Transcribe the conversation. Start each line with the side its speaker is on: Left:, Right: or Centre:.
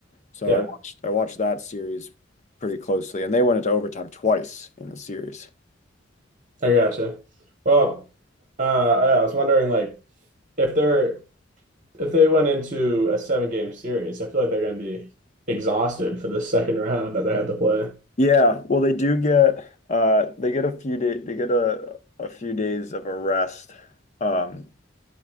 Left: So
Right: yeah,
Left: I watched I watched that series pretty closely, and they went into overtime twice in the series.
Right: I gotcha. Well, uh, yeah, I was wondering like if they're if they went into a seven game series, I feel like they're going to be exhausted for the <laughs> second round that they had to play.
Left: Yeah,
Right: Yeah.
Left: well, they do get uh they get a few day they get a a few days of a rest. Um,